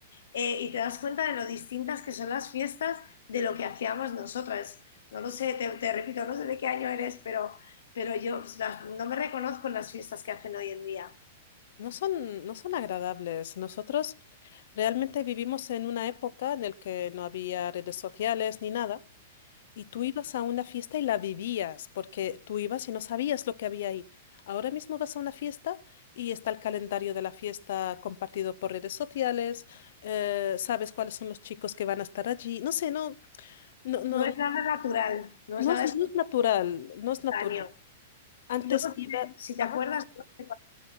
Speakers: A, on the left; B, on the left.
A: eh, y te das cuenta de lo distintas que son las fiestas de lo que hacíamos nosotras. No lo sé, te, te repito, no sé de qué año eres, pero, pero yo pues, las- no me reconozco en las fiestas que hacen hoy en día.
B: No son, no son agradables. Nosotros realmente vivimos en una época en la que no había redes sociales ni nada. Y tú ibas a una fiesta y la vivías, porque tú ibas y no sabías lo que había ahí. Ahora mismo vas a una fiesta y está el calendario de la fiesta compartido por redes sociales, eh, sabes cuáles son los chicos que van a estar allí. No sé, no, no, no,
A: No es nada natural, no
B: no
A: es nada
B: es, no es natural, no es
A: espontáneo.
B: natural. Antes
A: Y luego, si
B: iba,
A: te, si te
B: ajá,
A: acuerdas, ¿no?